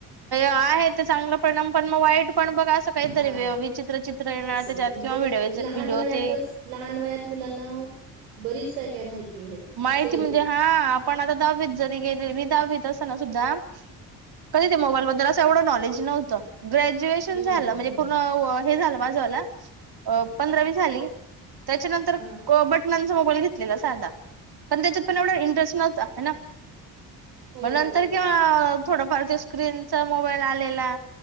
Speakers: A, on the right (about 50°); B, on the right (about 85°).
A: आहे ते चांगलं पण पण मग वाईट पण बघ असं काहीतरी
B: हां.
A: <unintelligible> येणार
B: असं
A: त्याच्यात
B: होतं म्हणजे
A: किंवा व्हिडिओ
B: लहान
A: व्हिडिओ
B: वयातच
A: ते
B: लहान वयात मुलांना बरीच काय काय माहिती मिळते
A: माहिती
B: असंही होतं
A: म्हणजे हा आपण आता दहावीेत जरी गेलेला दहावीेत असताना सुद्धा कधी ते मोबाईल बद्दल असं एवढं नॉलेज नव्हतं. ग्रॅज्युएशन
B: हम्म
A: झालं म्हणजे
B: हम्म
A: पूर्ण हे झालं. <unintelligible> त्या पंधरावी झाली त्याच्यानंतर
B: हा
A: गॉबट नंतर मोबाईल घेतलेला साधा. पण त्याच्यात पण एवढा इंटरेस्ट नव्हता हं ना
B: हो
A: मग नंतर
B: तर
A: किंवा
B: काय
A: थोडफार ते स्क्रीनचा मोबाईल आलेला.